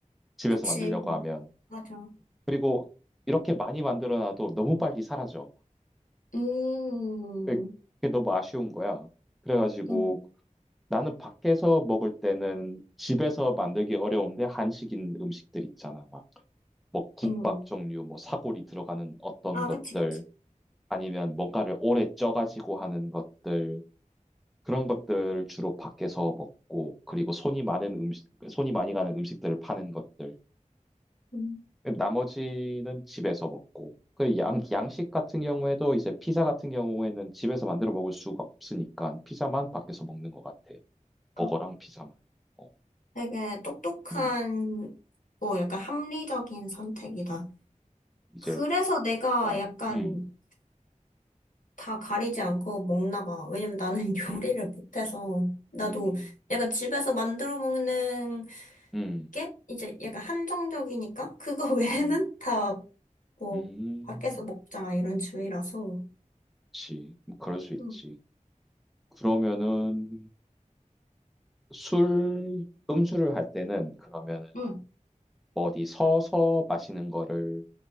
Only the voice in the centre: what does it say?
집에서
만들려고 하면.
그리고 이렇게 많이 만들어놔도 너무 빨리 사라져.
그게 너무 아쉬운 거야. 그래가지고
나는 밖에서 먹을 때는 집에서 만들기 어려운데 한식인 음식들 있잖아. 막, 뭐 국밥
종류, 뭐 사골이 들어가는 어떤
것들,
아니면 뭔가를 오래 쪄가지고 하는 것들, 그런 것들 주로 밖에서 먹고, 그리고 손이 많은 음식, 손이 많이 가는 음식들을 파는 것들.
나머지는 집에서 먹고. 그 양, 양식 같은 경우에도 이제 피자 같은 경우에는 집에서 만들어 먹을 수가 없으니까 피자만 밖에서 먹는 것 같아. 버거랑
피자만. 어,
음.
이제
어,
음,
음,
음,
음,
음,
음,
그치. 뭐 그럴 수 있지.
그러면은 술, 음주를 할 때는 그러면은
뭐 어디 서서 마시는 거를